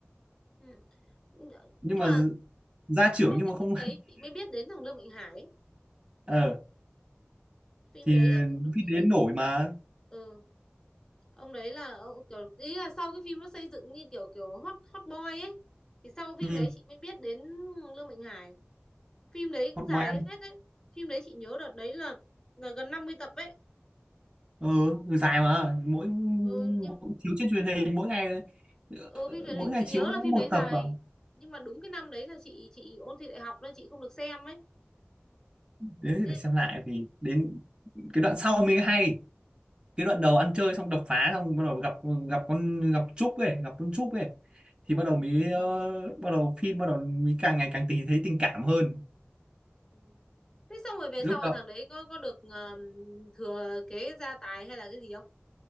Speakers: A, on the left; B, on the right.
A: Ừ.
B: nhưng
A: nhưng
B: mà
A: mà
B: d- gia
A: sau
B: trưởng nhưng
A: cái
B: mà không
A: phim đấy
B: <laughs>
A: chị mới biết đến thằng Lương Mạnh Hải ấy.
B: ờ
A: phim
B: thì
A: đấy là kiểu nó
B: phim
A: xây
B: đến
A: dựng
B: nổi mà
A: ừ ông đấy là ông kiểu ý là sau cái phim nó xây dựng như kiểu kiểu hot hot boy ấy thì sau phim
B: ừ.
A: đấy chị mới biết đến Lương Mạnh Hải phim đấy
B: Hot
A: cũng dài
B: Boy
A: cái
B: ăn
A: phết đấy phim đấy chị nhớ đợt đấy là là gần 50 tập ấy
B: ờ người dài mà mỗi,
A: ừ, nhưng
B: mỗi chiếu trên truyền hình mỗi ngày
A: ừ
B: ờ,
A: phim truyền
B: mỗi
A: hình
B: ngày
A: chị
B: chiếu
A: nhớ là
B: có
A: phim
B: một
A: đấy dài
B: tập à
A: nhưng mà đúng cái năm đấy là chị chị ôn thi đại học nên chị không được xem ấy
B: đấy thì
A: thế
B: phải
A: là
B: xem
A: chị
B: lại vì đến cái đoạn sau mới hay cái đoạn đầu ăn chơi xong đập phá xong bắt đầu gặp gặp con gặp Trúc ấy gặp con Trúc ấy
A: ờ,
B: thì bắt đầu mới ờ, bắt đầu phim bắt đầu mới càng ngày càng tì thấy tình cảm hơn
A: ừ. thế xong rồi về
B: lúc
A: sau rồi
B: đầu
A: thằng đấy có có được ờ, thừa kế gia tài hay là cái gì không